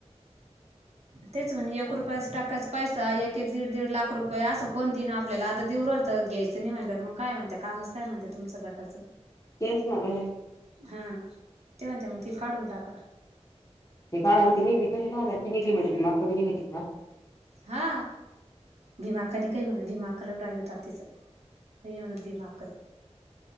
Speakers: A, on the right; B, on the left.
A: तेच म्हणे
B: मग
A: एक रुपया टाकायच पैसा एक एक दीड दीड लाख रुपये असं कोण देईन आपल्याला आता देऊल तर घ्यायचं नाही म्हटल्या मग काय म्हणत का नसत म्हणतात तुमच्या गटाचं
B: तेच बघणार
A: हा ते म्हणतील मग ते काढून टाका
B: ते काळ त निघली ना ती निघली म्हणे भी माी निघली
A: हा भीमाकानी काही म्हणत भीमाकाला राग होत आ तिचं काही नाही म्हणत भीमाक